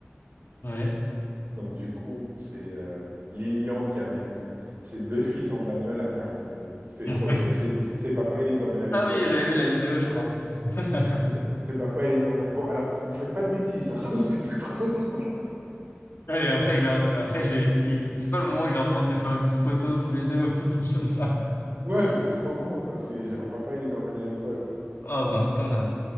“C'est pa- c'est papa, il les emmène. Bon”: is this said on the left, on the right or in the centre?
Right